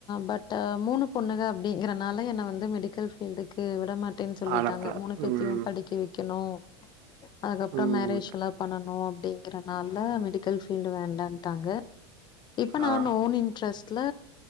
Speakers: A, on the left; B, on the right.
A: பட் மூணு பொண்ணுங்க அப்டீங்றனால என்ன வந்து மெடிக்கல் ஃபீல்டுக்கு விடமாட் டேனு சொல்லிட்டாங்க
B: ஆனப்பழ
A: மூணு பேத்தயு
B: ம்
A: ‌படிக்க வெக்கணோ அதுக்கப்றோ
B: ம்
A: மேரேஜ்லா பண்ணனோ அப்டின் ன்றனால மெடிக்கல் ஃபீல்டு வேண்டான்ட்டாங்க இப்ப நா
B: ஆ
A: ஓன் இன்ட்ரெஸ் ட்ல